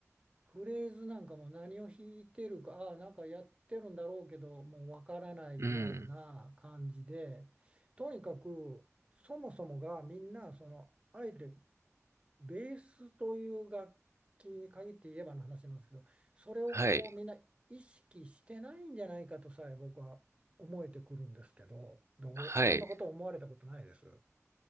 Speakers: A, on the right (about 20°); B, on the right (about 60°).
A: フレーズなんかも何を弾いてるか、ああ、なんかやってるんだろうけど、もうわからないような感じで、
B: うん、
A: とにかく、そもそもがみんな、その、あえてベースという楽器に限って言えばの話なんですけど、それをこうみんな意識してないんじゃないかとさえ僕は思えてくるんですけど、
B: はい、
A: どう、
B: はい。
A: そんなこと思われたことないです。